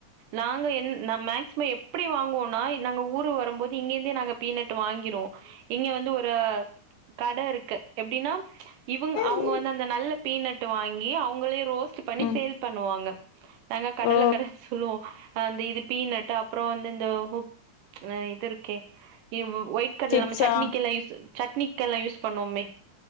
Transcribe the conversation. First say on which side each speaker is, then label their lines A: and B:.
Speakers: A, on the right; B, on the left.
A: நாங்க என் நா மேக்ஸ் எப்டி வாங்குவோன்னா நாங்க ஊரு வரும்போது இங்கே இருந்தே நாங்க பீனட் வாங்கிருவோ இங்க வந்து அ கட இருக்கு எப்டின்னா இவுங் அவுங்க
B: ம்
A: வந்து அந்த நல்ல பீனட் வாங்கி அவங்களே ரோஸ்ட் பண்ணி
B: ஓ ம்
A: சேல் பண்ணுவாங்க நாங்க கடல்ல
B: ஓ
A: கடலச் சொல்லுவோ அந்த இது பீ நட்டு அப்பற வந்து இந்த கு ஆ இது இருக்கே வ் ஒயிட் கடல
B: சிப்ஸா
A: நம்ம சட்னிக்கு எல்லா யூஸ் சட்னிக்கு எல்லா யூஸ் பண்ணுவோமே